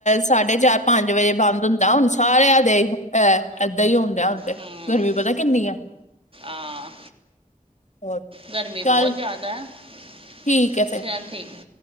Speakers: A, on the left; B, on the right.
A: ਸਾਢੇ ਚਾਰ ਪੰਜ ਵਜੇ ਬੰਦ ਹੁੰਦਾ ਹੁਣ ਸਾਰਿਆਂ ਦੇ। ਇਹ, ਏਦਾਂ ਹੀ ਹੋਣ ਡ ਹੁਣ ਤੇ
B: ਹੂੰ
A: ਗਰਮੀ ਪਤਾ ਕਿੰਨੀ ਆ।
B: ਆ
A: ਹੋ,
B: ਗਰਮੀ ਬਹੁਤ
A: ਚੱਲ।
B: ਜ਼ਿਆਦਾ <unintelligible>
A: ਠੀਕ ਹੈ, ਫਿਰ।
B: ਚਲ ਠੀਕ ਹੈ